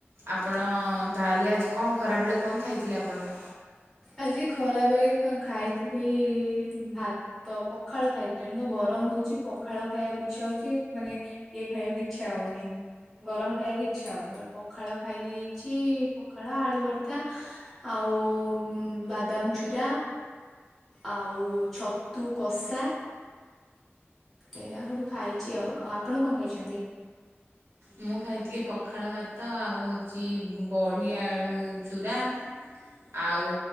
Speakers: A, on the right (about 75°); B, in the centre.
A: ଆପଣ ତାହେଲେ ଆଜି କଣ ଖରାବେଳେ କଣ ଖାଇ ଥିଲେ ଆପଣ?
B: ଆଜି ଖରାବେଳେ ଖ ଖାଇଥିଲି ଭାତ ତ ପଖାଳ ଖାଇଥିଲି ଏନୂତ ଗରମ ହଉଛି ପଖାଳ ଖାଇବାକୁ ଇଚ୍ଛା ହଉଛି ମାନେ ଇଏ ଖାଇବାକୁ ଇଚ୍ଛା ହଉନି। ଗରମ ଖାଇବାକୁ ଇଚ୍ଛା ହଉନି ଆଉ ପଖାଳ ଖାଇ ଦେଇଛି ପଖାଳ ଆଳୁ ଭର୍ତ୍ତା। ଆଉ ବାଦାମ ଚୁରା। ଆଉ ଛତୁ କଷା। ଏଇଆ ସବୁ ଖାଇଛି ଆଉ। ଆଉ ଆପଣ କଣ ଖାଇଛନ୍ତି?
A: ମୁଁ ଖାଇଥିଲି ପଖାଳ ଭାତ ଆଉ ହେଉଛି ବଢି ଆଳୁ ଚୁରା। ଆଉ